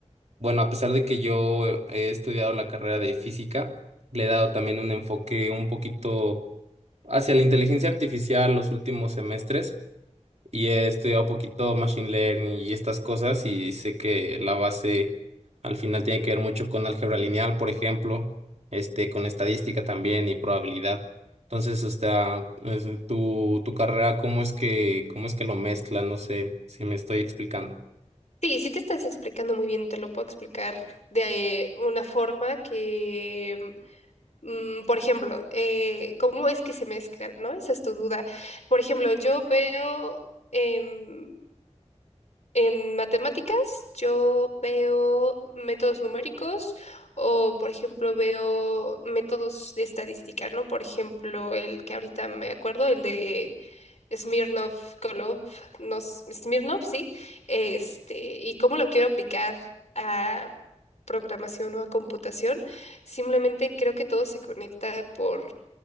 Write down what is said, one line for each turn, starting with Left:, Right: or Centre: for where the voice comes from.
Right: Bueno, a pesar de que yo he estudiado la carrera de física, le he dado también un enfoque un poquito hacia la inteligencia artificial los últimos semestres y he estudiado un poquito machine learning y estas cosas y sé que la base al final tiene que ver mucho con álgebra lineal, por ejemplo, este, con estadística también y probabilidad. Entonces, hasta tu, tu carrera, ¿cómo es que, cómo es que lo mezcla? No sé si me estoy explicando.
Left: Sí, sí te estás explicando muy bien, te lo puedo explicar de eh, una forma que Mm, por ejemplo, eh, ¿cómo es que se mezclan, no? Esa es tu duda. Por ejemplo, yo veo em, en matemáticas, yo veo métodos numéricos o, por ejemplo, veo métodos de estadística, ¿no? Por ejemplo, el que ahorita me acuerdo, el de Smirnov, Kolov, no, Smirnov, sí, este, y cómo lo quiero aplicar a programación o a computación, simplemente creo que todo se conecta por